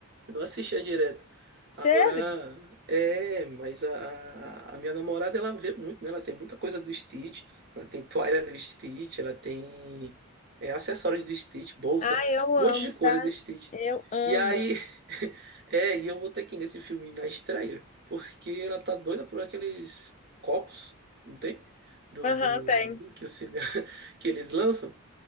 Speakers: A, on the right; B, on the left.
A: Eu não assistia direto.
B: Sério?
A: Agora, é, mas a, a a minha namorada, ela vê muito, né? Ela tem muita coisa do Stitch, ela tem toalha do Stitch, ela tem é, acessórios do Stitch, bolsa,
B: Ah, eu amo,
A: um monte de coisa
B: tá?
A: do Stitch.
B: Eu amo.
A: E aí, <laughs> é, e eu vou ter que ir nesse filme na estreia, porque ela tá doida por aqueles copos, não tem? do,
B: Aham,
A: do
B: tem.
A: que, o <laughs> que eles lançam.